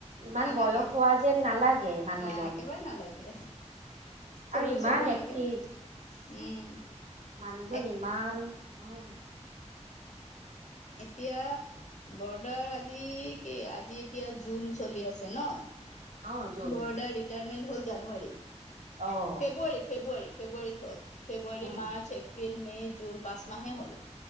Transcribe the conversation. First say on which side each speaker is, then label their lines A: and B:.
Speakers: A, on the right (about 75°); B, on the left (about 75°).
A: ইমান
B: নালাগে
A: বয়স হোৱা যেন নালাগে মানুহজন।
B: আহ একেবাৰে নালাগে সৰু
A: আৰু ইমান
B: চৰু লাগে
A: এক্টিভ।
B: উম
A: মানুহজন
B: এক
A: ইমান উম,
B: এতিয়া বৰাদাৰ, আজি কি আজি এতিয়া জুন চলি আছে ন
A: অ', জোন
B: বৰদাৰ ৰিটায়াৰমেণ্ট হল জানুৱাৰীত
A: অ',
B: ফেব্ৰুৱাৰীত ফেব্ৰুৱাৰীত ফেব্ৰুৱাৰীত হয ফেব্ৰুৱাৰী,
A: উম,
B: মাৰ্চ, এপ্ৰিল মে', জুন পাঁচ মাহে হ'ল।